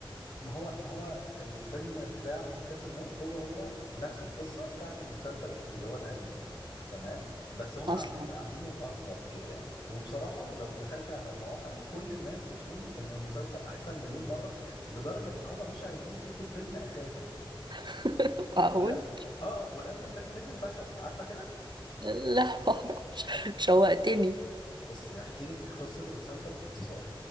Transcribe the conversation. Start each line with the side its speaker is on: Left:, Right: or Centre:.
Left: ما هو ما هو الفيلم بتاع مذكرة الموت هو هو نفس القصة بتاعت المسلسل اللي هو الأنمي تمام بس هم
Right: أصلا
Left: عاملين عاملينه أصغر كده يعني وبصراحة لو دخلت على المواقع كل الناس بتقول إن المسلسل أحسن مليون مرة لدرجة إن هم مش عايزين يشوفوا الفيلم أساسا
Right: <laughs> معقول
Left: ولم آه آه، ولما الفيلم نزل فشل عارفة كده
Right: لا معرفش شوقتني
Left: بص هحكي لك قصة المسلسل باختصار